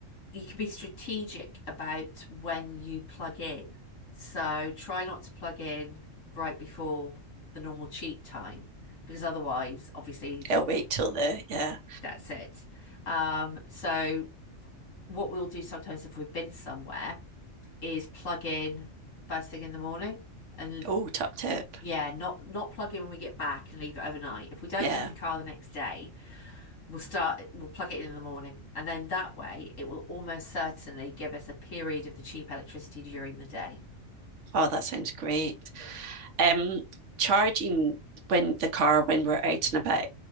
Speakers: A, on the left; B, on the right.
A: you can be strategic about when you plug in. So try not to plug in right before the normal cheat time because otherwise, obviously,
B: It'll wait till the yeah.
A: that's it. Um, so what we'll do sometimes if we've been somewhere is plug in first thing in the morning and
B: Oh, top tip.
A: yeah, not not plug in when we get back and leave it overnight. If we don't
B: Yeah.
A: need the car the next day, We'll start, we'll plug it in in the morning. And then that way, it will almost certainly give us a period of the cheap electricity during the day.
B: Oh, that sounds great. um, charging when the car when we're out and about